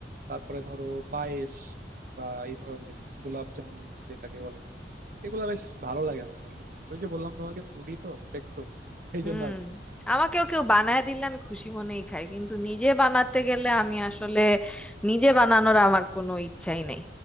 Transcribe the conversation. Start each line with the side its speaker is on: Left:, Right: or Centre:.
Right: তারপরে ধরো পায়েস বা এই ধরনের গোলাপ জামুন যেটাকে বলে এগুলা বেশ ভালো লাগে আমার আসলে ওই যে বললাম তোমাকে ফুডি তো একটু এই
Centre: হুম
Right: জন্য
Centre: আমাকেও কেউ বানায় দিলে আমি খুশি মনেই খাই কিন্তু নিজে বানাতে গেলে আমি আসলে নিজে বানানোর আমার কোনো ইচ্ছাই নেই